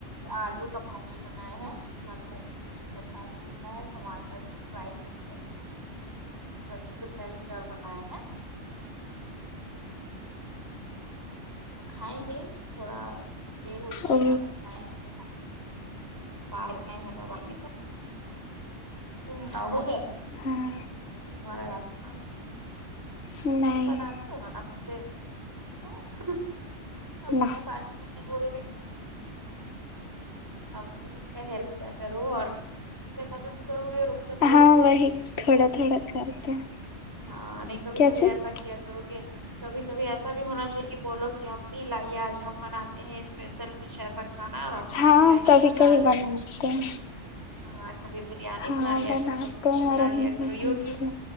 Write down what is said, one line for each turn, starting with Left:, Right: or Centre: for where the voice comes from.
Right: آلو کا بھاجی بنایا ہے مطلب کہ جو ترکاری میں ہوتا ہے ٹماٹر فرائی کر کے اس کو اچھے سے تل کے اور بنائے ہیں کھائیں گے تھوڑا دیر ہو جائے
Left: او
Right: گا ابھی ائیں گے باہر گئے ہے سب آے گے <unintelligible>
Left: ہاں
Right: ہمارا رات خاں
Left: نہیں
Right: تم بناتی ہوں نہ کھنا مجھے کیوں
Left: نہ
Right: پیسے نہیں بول امی کا ہیلپ کیا کرو اور اس سے مدد کرو ی اور ان سے مدد
Left: ہاں
Right: لوگی
Left: وہی
Right: تب نہ سیککھو
Left: تھوڑا
Right: گی
Left: تھوڑا کرتے ہیں.
Right: ہاں نہیں کبھی
Left: کیا
Right: کبھی
Left: چیز
Right: ایسا کیا کرو گے کبھی کبھی ایسا بھی ہونا چاہیے کہ بولو کہ امی لائیے آج ہم بناتے ہیں اسپیشل کچھ ایسا کھانا ہے اور آپ لوگ
Left: ہاں
Right: کو کھلائیں گے
Left: کبھی
Right: مزہ
Left: کبھی
Right: آ جائے
Left: بناتے
Right: گا
Left: ہیں
Right: ہاں کبھی بریانی
Left: ہاں
Right: بنا لیا
Left: بناتے
Right: کرو کبھی کچھ
Left: ہیں
Right: بنا
Left: اور
Right: لیا
Left: امی
Right: کرو
Left: پسند
Right: یوٹیوب
Left: ہوں